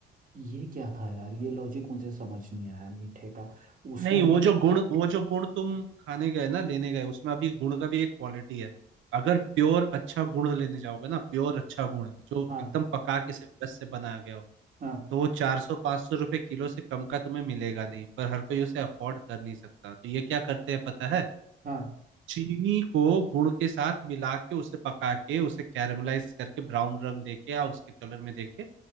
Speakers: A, on the right; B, on the right.
A: ये क्या था यार ये लॉजिक मुझे समझ नहीं आया मीठे का उसमें
B: नहीं वो
A: भी तो
B: जो गुण वो जो गुण तुम खाने गए ना लेने गए उसमें अभी गुण का भी एक क्वालिटी है अगर प्योर अच्छा गुण लेने जाओगे ना प्योर अच्छा गुण जो
A: हाँ
B: एकदम पका के सिर्फ रस से बनाया गया हो
A: हाँ
B: तो वो चार सौ पाँच सौ रुपये किलो से कम का तुम्हें मिलेगा नहीं पर हर कोई उसे अफोर्ड कर नहीं सकता तो ये क्या करते हैं पता है
A: हाँ
B: चीनी को गुड़ के साथ मिला के उसे पका के उसे कैरमलाइज करके ब्राउन रंग देके या उसके कलर में देके